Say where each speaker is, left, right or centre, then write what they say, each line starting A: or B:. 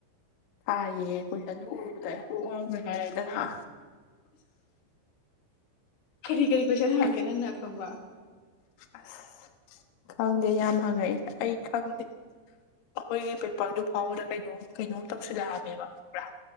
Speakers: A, on the left; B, on the left.
A: ꯊꯥꯏꯌꯦ ꯑꯩꯣꯏꯁꯟ ꯑꯗꯨ ꯎꯕꯗ ꯑꯩ ꯀꯣꯛ ꯉꯥꯎꯈ꯭ꯔꯦ ꯍꯥꯏꯔꯦꯗꯅ ꯂ
B: ꯀꯔꯤ ꯀꯔꯤ ꯀꯣꯏꯁꯟ ꯍꯪꯉꯛꯀꯦ
A: ꯑꯩ
B: ꯅꯪꯅ ꯈꯪꯕ
A: ꯑꯁ ꯈꯪꯗꯦ ꯌꯥꯝ ꯍꯪꯉꯛꯏ ꯑꯩ ꯈꯪꯗꯦ ꯑꯩꯈꯣꯏꯒꯤ ꯄꯦꯄꯔꯗꯨ ꯐꯥꯎꯕꯗ ꯀꯩꯅꯣꯝ ꯀꯩꯅꯣꯝ ꯇꯧꯁꯤꯜꯂꯛꯑꯃꯦꯕ ꯍꯪꯕ꯭ꯔꯥ